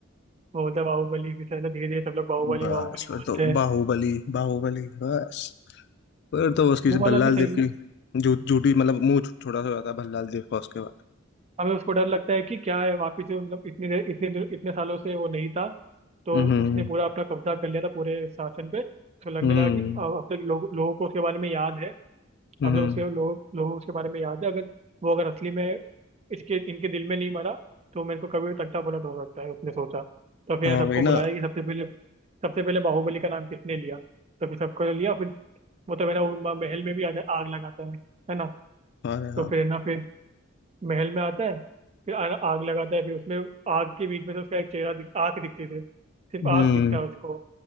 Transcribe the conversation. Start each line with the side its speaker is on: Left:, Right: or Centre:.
Right: वो बोलता है बाहुबली फिर धीरे धीरे सब लोग बाहुबली
Left: बस
Right: बाहुबली बोलते
Left: फिर तो
Right: हैं
Left: बाहुबली बाहुबली बस फिर तो उसकी
Right: वो वाला
Left: भल्लाल
Right: भी सही
Left: देव
Right: था
Left: की झू झूठी मतलब मुंह छो- छोटा सा हो जाता है भल्लाल देव का उसके बाद
Right: हमें उसको डर लगता है कि क्या है वापिस से मतलब इतनी देर इतने देर- इतने सालों से वो नहीं था तो
Left: हम्म
Right: उसने पूरा अपना कब्जा कर लिया था पूरे शासन पे तो लगने
Left: हम्म
Right: लगा कि अब अब तक लोग लोगों को उसके बारे में याद है अब
Left: हम्म
Right: तक उसके लोग लोगों को उसके बारे में याद है अगर वो अगर असली में इसके इनके दिल में नहीं मरा तो मेरे को कभी भी तख्ता पलट हो सकता है उसने सोचा तो फिर
Left: हाँ
Right: सबको
Left: वही
Right: बुलाया
Left: ना
Right: कि सबसे पहले सबसे पहले बाहुबली का नाम किसने लिया तो फिर सबको लिया फिर वो तो है ना वो महल में भी आ- आग लगाता है है ना
Left: अरे
Right: तो
Left: हाँ
Right: फिर है ना फिर महल में आता है फिर आ- आग लगाता है फिर उसमें आग के बीच में से उसका एक चेहरा दिख, आंख दिखती थी सिर्फ
Left: हम्म
Right: आग दिखता है उसको